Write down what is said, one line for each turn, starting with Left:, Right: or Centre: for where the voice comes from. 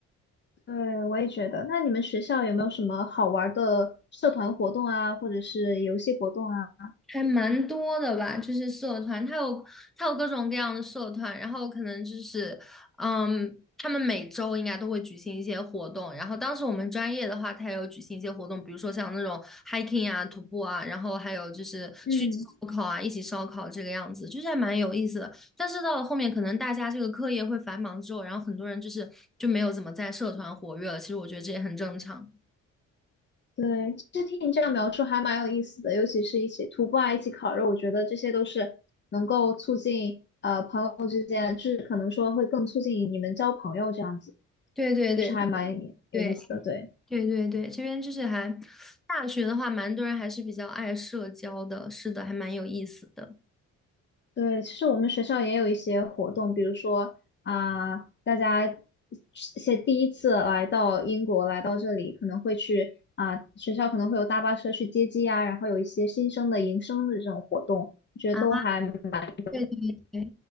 Left: 对，我也觉得。那你们学校有没有什么好玩儿的社团活动啊，或者是游戏活动啊？
Centre: 还蛮多的吧，就是社团，它有它有各种各样的社团，然后可能就是，嗯，他们每周应该都会举行一些活动，然后当时我们专业的话，它也有举行一些活动，比如说像那种 hiking 啊、徒步啊，然后还有就是去烧烤啊，
Left: 嗯。
Centre: 一起烧烤这个样子，就是还蛮有意思的。但是到了后面，可能大家这个课业会繁忙之后，然后很多人就是就没有怎么在社团活跃了，其实我觉得这也很正常。
Left: 对，其实听你这样描述还蛮有意思的，尤其是一起徒步啊，一起烤肉，我觉得这些都是能够促进呃朋友之间，就是可能说会更促进你们交朋友这样子，
Centre: 对对对
Left: 就是还蛮有意思的。
Centre: 对。
Left: 对
Centre: 对对对，这边就是还大学的话，蛮多人还是比较爱社交的，是的，还蛮有意思的
Left: 对，其实我们学校也有一些活动，比如说啊、大家一些第一次来到英国，来到这里可能会去啊、学校可能会有大巴车去接机啊，然后有一些新生的迎生的这种活动，我觉得都还蛮
Centre: 啊。对对